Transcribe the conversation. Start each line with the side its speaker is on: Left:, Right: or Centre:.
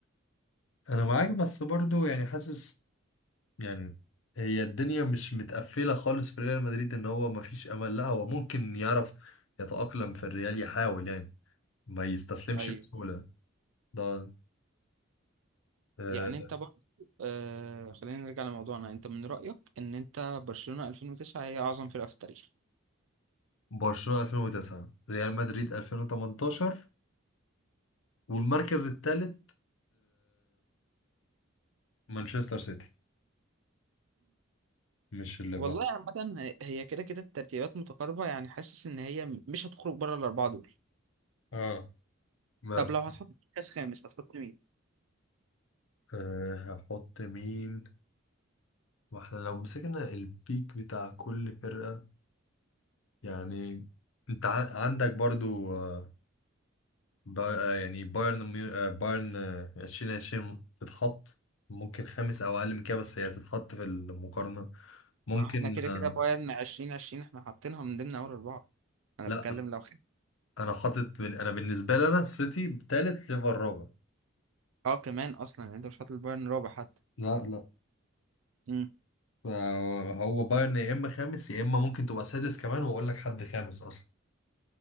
Left: انا معاك بس برضو يعني حاسس يعني هي الدنيا مش متقفلة خالص في ريال مدريد ان هو ما فيش امل لا هو ممكن يعرف يتأقلم في الريال يحاول يعني ما يستسلمش
Right: ايوه
Left: بسهولة ده آه،
Right: يعني انت برضه آه خلينا نرجع لموضوعنا انت من رايك ان انت برشلونه 2009 هي اعظم فرقه في التاريخ
Left: برشلونة 2009 ريال مدريد 2018 والمركز الثالث مانشستر سيتي مش الليفر
Right: والله عامة هي كده كده الترتيبات متقاربة يعني حاسس إن هي مش هتخرج بره الأربعة دول
Left: اه بس
Right: طب لو هتحط مركز خامس هتحط مين؟
Left: أه هحط مين واحنا لو مسكنا البيك بتاع كل فرقة يعني انت ع- عندك برضو آه، با آه، يعني بايرن ميو... آه، بايرن آه، عشرين عشرين تتحط ممكن خامس او اقل من كده بس هي تتحط في المقارنة ممكن
Right: ما هو احنا كده كده
Left: آه،
Right: بايرن عشرين عشرين احنا حاطينها من ضمن أول أربعة أنا
Left: لا
Right: بتكلم
Left: انا
Right: لو خد
Left: أنا حاطط بال- انا بالنسبة لي انا السيتي تالت ليفر رابع
Right: اه كمان أصلا يعني أنت مش حاطط البايرن رابع حتى
Left: لا لا
Right: امم
Left: آه، هو بايرن يا اما خامس يا اما ممكن تبقى سادس كمان واقول لك حد خامس اصلا